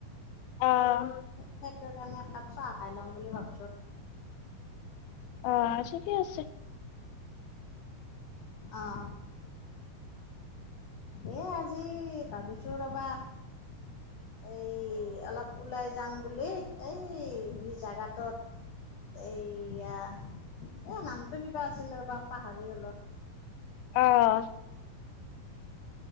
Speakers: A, on the left (about 90°); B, on the left (about 70°).
A: আহ
B: সেইটোৰ কাৰণে একাপ চাহ খাই ল'ম বুলি ভাব
A: অ', <unintelligible> ঠিকে আছে।
B: অঁ। এ আজি ভাবিছো ৰ'বা এই অলপ ওলাই যাম বুলি। এই হেৰি জাগটোত এয়া এ নামটো কিবা আছিলে ৰ'বা, পাহৰি গলো।
A: অঁহ '।